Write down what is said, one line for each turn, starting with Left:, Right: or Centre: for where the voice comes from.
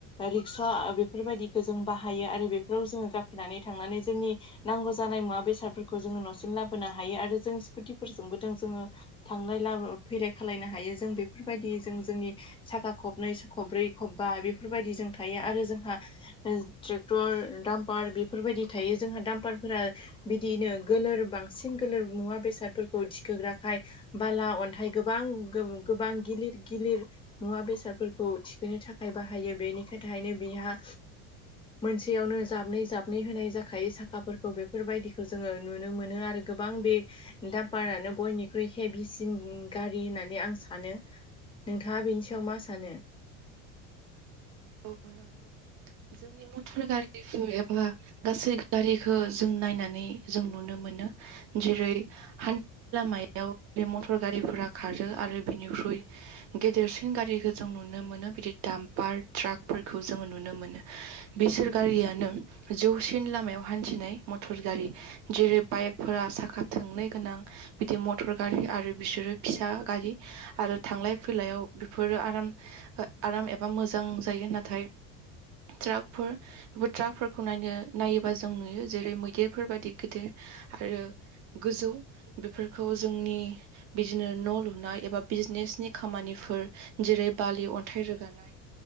Left: रिक्सा बेफोरबायदिखौ जों बाहायो आरो बेफोराव जोङो गाखोनानै थांनानै जोंनि नांगौ जानाय मुवा बेसादफोरखौ जोङो न'सिम लाबोनो हायो आरो जों स्कुटिफोरजोंबो जों जोङो थांनाय लाबो फैलाय खालामलायनो हायो जों बेफोरबायदि जों जोंनि साखा खबनै स खब्रै खबबा बेफोरबायदि जों थायो आरो जोंहा ट्रेक्टर दामपार बेफोरबायदि थायो जोंहा दामपारफोरा बिदिैनो गोलोर बांसिन गोलोर मुवा बेसादफोरखौ थिखोग्राखाय बाला अन्थाइ गोबां गोबां गिलिर गिलिर मुवा बेसादफोरखौ थिखोनो थाखाय बाहायो बेनिखाय थाखायनो बिहा मोनसेयावनो जाबनै जाबनै होनाय जाखायो साखाफोरखौ बेफोरबायदिखौ जोङो नुनो मोनो आरो गोबां बे दामपारानो बयनिख्रुइ हेभिसि न गारि होननानै आं सानो नोंथाङा बेनि सायाव मा सानो
Right: औ नोंगौ जोंनि मटर गारिफोर एबा गासै गारिखो जों नायनानै जों नुनो मोनो जेरै हानि लामाया याव मटर गारिफोरा खारो आरो बिनिख्रुइ गेदेरसिन गारि जों नुनो मोनो बिदि दाम्पार ट्राकफोरखौ जोङो नुनो मोनो बिसोर गारियानो जौसिन लामायाव हान्थिनाय मटर गारि जेरै बाइकफोरा साखा थोंनै गोनां बिदि मटर गारि आरो बिसोरो फिसा गारि आरो थांलाय फैलायाव बेफोरो आराम आराम एबा मोजां जायो नाथाय ट्राकफोर ट्राकफोरखौ नायनो नायोबा जों नुयो जेरै मैदेरफोर बायदि गिदिर आरो गोजौ बेफोरखौ जोंनि बिदिनो न' लुनाय एबा बिजनेसनि खामानिफोर जेरै बालि अन्थाइ रोगानाय